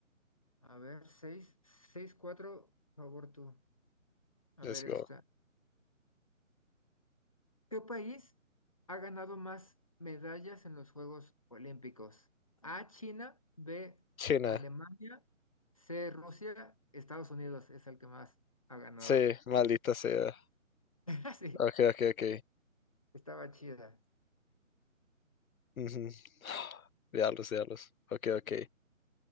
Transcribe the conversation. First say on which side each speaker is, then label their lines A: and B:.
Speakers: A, on the left; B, on the left.
A: A ver, seis, seis, cuatro, por favor tú. A
B: Let's
A: ver
B: go.
A: esta. ¿Qué país ha ganado más medallas en los Juegos Olímpicos? A, China, B,
B: China.
A: Alemania, C, Rusia, Estados Unidos es el que más ha ganado.
B: Sí, maldita sea.
A: <laughs> Sí,
B: Ok, ok, ok.
A: estaba chida.
B: Ujú. <sighs> Diablos, diablos. Ok, ok.